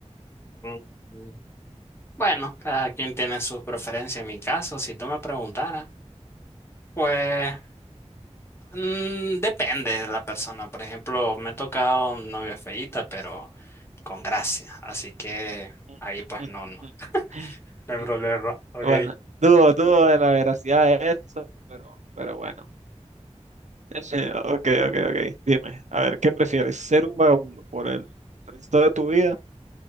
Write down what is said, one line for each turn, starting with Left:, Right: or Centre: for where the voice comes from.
Left: Mm, Bueno, cada quien tiene sus preferencias. En mi caso, si tú me preguntaras, pues mm, depende de la persona. Por ejemplo, me he tocado novia feíta, pero con gracia. Así que
Right: <laughs>
Left: ahí pues no, no. <laughs> No hay problema, ok.
Right: Bueno, dudo, dudo de la veracidad de eso, pero, pero bueno. Eh, Ok, ok, ok. Dime, a ver, ¿qué prefieres? ¿Ser un vagabundo por el resto de tu vida?